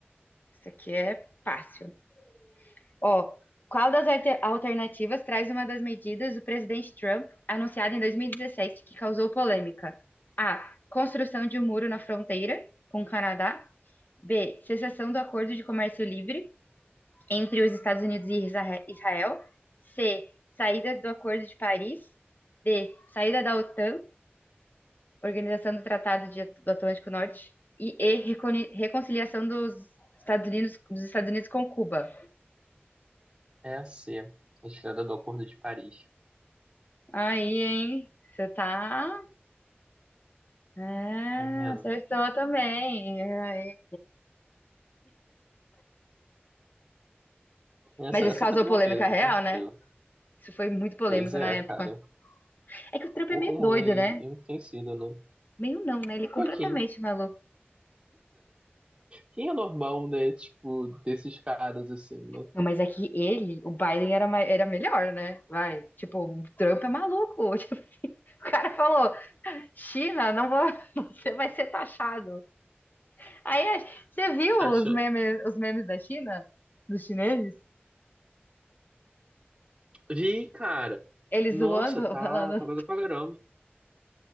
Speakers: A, on the left; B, on the right.
A: Isso aqui é fácil. Ó, qual das alter- alternativas traz uma das medidas do presidente Trump anunciada em 2017 que causou polêmica? A. Construção de um muro na fronteira com o Canadá. B. Cessação do acordo de comércio livre. entre os Estados Unidos e Israel. C. Saída do Acordo de Paris. D. Saída da OTAN, Organização do Tratado de- do Atlântico Norte. E E. Reconi- Reconciliação dos Estados Unidos, dos Estados Unidos com Cuba.
B: é assim, a C. Retirada do Acordo de Paris.
A: Aí, hein? Você tá. É,
B: Tá vendo?
A: acertou também. É, aí.
B: Essa,
A: Mas isso
B: essa
A: causou
B: foi tranquila,
A: polêmica
B: foi
A: real,
B: tranquila.
A: né? Isso foi muito polêmico
B: Pois é,
A: na época.
B: cara.
A: É que o Trump
B: Por
A: é meio
B: um
A: doido,
B: e
A: né?
B: um enriquecido, né?
A: Meio não, né? Ele
B: Um
A: é completamente
B: pouquinho.
A: maluco.
B: Quem é normal, né? Tipo, desses caras assim, né?
A: Não, mas é que ele, o Biden era, mai- era melhor, né? Vai, tipo, o Trump é maluco. <laughs> Tipo, o cara falou, China, não vou, <laughs> você vai ser taxado. Aí, a- você viu
B: Tá achando-
A: os memes, os memes da China? Dos chineses?
B: Vi, cara.
A: Eles
B: Nossa,
A: zoando,
B: tá,
A: <laughs> falando,
B: tá coisa pra caramba.